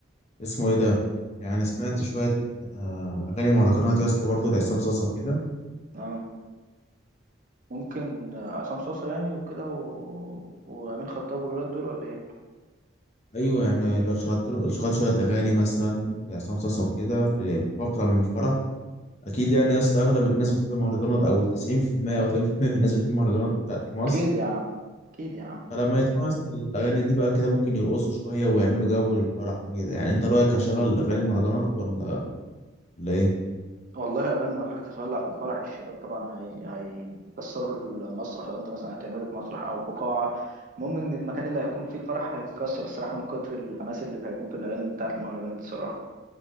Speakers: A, on the left; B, on the right.
A: اسمه ايه ده يعني سمعت شويه آه، اغاني مهرجانات يا اسطى برضه لعصام صاصا وكده
B: اه ممكن عصام صاصا يعني وكده و... وامين خطاب والولاد دول ولا ايه
A: ايوه يعني لو شغلت له شغلت شويه اغاني مثلا لعصام صاصا وكده في فقره من الفرح اكيد يعني يا اسطى اغلب الناس بتحب المهرجانات او 90% او 80% من الناس بتحب المهرجانات بتاعت مصر
B: اكيد يا عم اكيد يا عم
A: فلما يسمعوا يسطا الأغاني دي بقى كده ممكن يرقصوا شوية ويعملوا جو للفرح وكده يعني أنت رأيك أشغل أغاني مهرجانات ولا ولا إيه؟
B: والله اغاني مهرجانات هتولع في الفرح الشباب طبعا هي هيكسروا المسرح لو انت مثلا هتعمله في مسرح او بقاعه المهم ان المكان اللي هيكون فيه الفرح هيتكسر الصراحه من كتر الحماس اللي هيكون في الاغاني بتاعت المهرجانات الصراحه